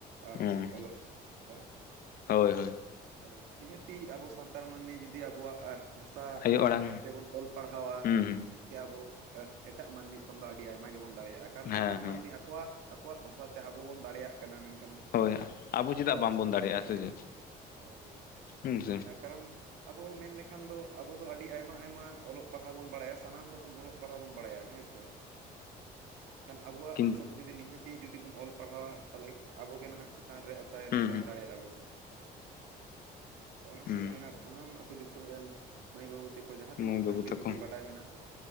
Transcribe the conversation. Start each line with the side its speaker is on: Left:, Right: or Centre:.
Right: ᱟᱜ
Left: ᱦᱮᱸ
Right: ᱚᱞᱚᱜ ᱪᱤᱠᱤ ᱛᱮᱫᱚ,
Left: ᱦᱳᱭ ᱦᱳᱭ᱾
Right: ᱟᱨ ᱱᱤᱦᱟᱹᱛᱤ ᱟᱵᱚ ᱥᱟᱱᱛᱟᱲ ᱢᱟᱹᱱᱢᱤ ᱡᱩᱫᱤ ᱟᱵᱚᱣᱟᱜᱼᱼ ᱵᱷᱟᱥᱟ
Left: ᱟᱭᱳ ᱟᱲᱟᱝ
Right: ᱛᱮᱵᱚᱱ ᱚᱞ ᱯᱟᱲᱦᱟᱣᱟ
Left: ᱦᱩᱸ ᱦᱩᱸ
Right: ᱱᱤᱦᱟ. ᱛᱼᱼ ᱟᱵᱚ ᱮᱴᱟᱜ ᱢᱟᱹᱱᱢᱤ ᱠᱷᱚᱱ ᱫᱚ ᱟᱹᱰᱤ ᱟᱭᱢᱟ ᱜᱮᱵᱚᱱ ᱫᱟᱲᱮᱭᱟᱜᱼᱟ ᱾ ᱠᱟᱨᱚᱱ
Left: ᱦᱮᱸ
Right: ᱮᱴᱟᱜ
Left: ᱦᱮᱸ
Right: ᱢᱟᱹᱱᱢᱤᱼᱼ ᱟᱠᱚᱣᱟᱜ ᱟᱠᱚᱣᱟᱜ ᱵᱷᱟᱥᱟᱛᱮ ᱟᱵᱚ ᱵᱚᱱ ᱫᱟᱲᱮᱭᱟᱜ ᱠᱟᱱᱟ ᱾ ᱢᱮᱱᱠᱷᱟᱱ
Left: ᱦᱳᱭ ᱟᱵᱚ ᱪᱮᱫᱟᱜ
Right: ᱟᱵᱚᱣᱟᱜ
Left: ᱵᱟᱝᱵᱚᱱ
Right: ᱵᱷᱟᱥᱟᱛᱮ
Left: ᱫᱟᱲᱮᱭᱟᱜᱼᱟ
Right: ᱟᱵᱚ ᱱᱤᱦᱟᱹᱛᱼᱼ
Left: ᱥᱮ ᱪᱮᱫ
Right: ᱦᱳᱭ
Left: ᱦᱮᱸ ᱥᱮ
Right: ᱠᱟᱨᱚᱱ ᱟᱵᱚ ᱢᱮᱱ ᱞᱮᱠᱷᱟᱱ ᱫᱚ ᱟᱵᱚ ᱫᱚ ᱟᱹᱰᱤᱼᱼ ᱟᱹᱰᱤ ᱟᱭᱢᱟ ᱟᱭᱢᱟ ᱚᱞᱚᱜ ᱯᱟᱲᱦᱟᱣ ᱵᱚᱱ ᱵᱟᱲᱟᱭᱟ ᱥᱟᱱᱟᱢ ᱨᱚᱠᱚᱢ ᱚᱞᱚᱜ ᱯᱟᱲᱦᱟᱣ ᱵᱚᱱ ᱵᱟᱲᱟᱭᱟ ᱦᱮᱸ ᱥᱮ ᱾ ᱦᱮᱸ ᱢᱮᱱᱠᱷᱟᱱ ᱟᱵᱚᱣᱟᱜ
Left: ᱠᱤᱱ
Right: ᱵᱷᱟᱥᱟ ᱛᱮ ᱡᱩᱫᱤ ᱱᱤᱦᱟᱹᱛᱤ ᱡᱩᱫᱤ ᱵᱚᱱ ᱚᱞ ᱯᱟᱲᱦᱟᱣᱟ ᱛᱟᱦᱚᱞᱮ ᱟᱵᱚ ᱜᱮ ᱱᱟᱦᱟᱜ ᱪᱟᱼᱼ ᱪᱮᱛᱟᱱ ᱨᱮ ᱟᱥᱟᱭᱟᱞᱤᱧ
Left: ᱦᱩᱸ
Right: ᱛᱟᱦᱮᱸ
Left: ᱦᱩᱸ
Right: ᱫᱟᱲᱮᱭᱟᱜᱼᱟ ᱵᱚᱱ ᱾ ᱟᱫᱚ ᱚᱱᱟ ᱛᱮᱞᱤᱧ
Left: ᱦᱩᱸ
Right: ᱢᱮᱱᱟ ᱥᱟᱱᱟᱢ ᱟᱹᱛᱩ ᱫᱤᱥᱚᱢ ᱨᱮᱱᱼᱼ ᱢᱟᱹᱭ ᱵᱟᱹᱵᱩ ᱛᱟᱠᱚ ᱡᱟᱦᱟᱸ
Left: ᱢᱟᱹᱭ
Right: ᱛᱤᱱᱟᱹᱜ
Left: ᱵᱟᱹᱵᱩ
Right: ᱩᱰᱟᱹᱝ
Left: ᱛᱟᱠᱚ
Right: ᱜᱮ ᱡᱩᱫᱤ ᱵᱟᱰᱟᱭ ᱢᱮᱱᱟᱜ